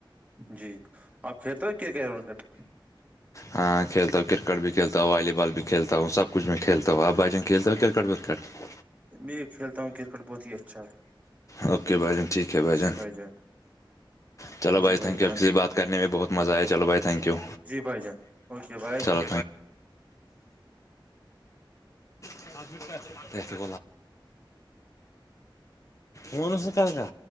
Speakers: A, on the right (about 15°); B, on the left (about 35°).
A: جی آپ کھیلتے ہو کرکٹ
B: ہاں کھیلتا کرکٹ بھی کھیلتا ہوں والی بال بھی کھیلتاوں سب کچھ میں کھیلتا ہوں آ ب جنگ کھیلتے تو کررکٹ ورکٹ ہ
A: میں کھیلتا ہوں کرکٹ بہت ہی اچھا ہے
B: اوکے بھائی جن ٹھیک بج
A: جی بھائی جان
B: چلو بھائی
A: جی
B: تھینک
A: جان
B: یو اپ سے بات کرنے میں بہت مزہ آیا چلو بھائی تھینک یو
A: جی بھائی جان اوکے بائے
B: چل لاش وون کل کا